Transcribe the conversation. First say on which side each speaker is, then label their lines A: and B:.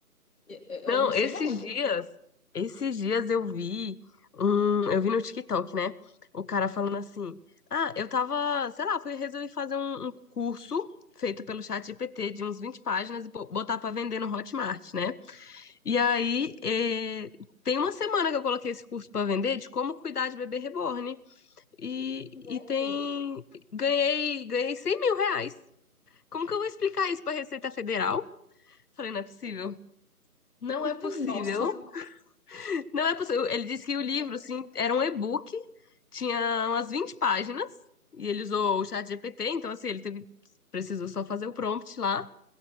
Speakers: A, on the left; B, on the left.
A: eu, eu
B: não,
A: eu não sei
B: esses
A: não, mas,
B: dias, esses dias eu vi um, eu vi no TikTok, né? O cara falando assim: "Ah, eu tava, sei lá, fui resolvi fazer um, um curso feito pelo chat GPT de uns 20 páginas e pô- botar pra vender no Hotmart, né? E aí, eh, tem uma semana que eu coloquei esse curso pra vender de como cuidar de bebê reborn. E, e
A: gente...
B: tem. Ganhei, ganhei cem mil reais. Como que eu vou explicar isso pra Receita Federal? Falei, não é possível. Não
A: <laughs>
B: é possível.
A: Nossa,
B: Não é possível. Ele disse que o
A: Não
B: livro, sim, era um e-book, tinha umas 20 páginas, e ele usou o chat GPT, então assim, ele teve, precisou só fazer o prompt lá.